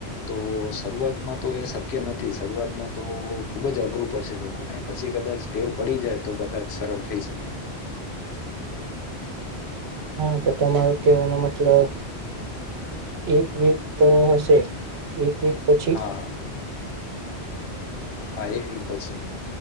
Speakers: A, on the left; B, on the right.
A: તો શરૂઆતમાં તો એ શક્ય નથી શરૂઆતમાં તો ખુબ જ અઘરું પડશે લોકોને પછી કદાચ ટેવ પડી જાય તો કદાચ સરળ થઈ શકે
B: હા તો તમારો કેવાનો મતલબ એક વીક તો હશે એક વીક પછી
A: હા હા એક વીક પછી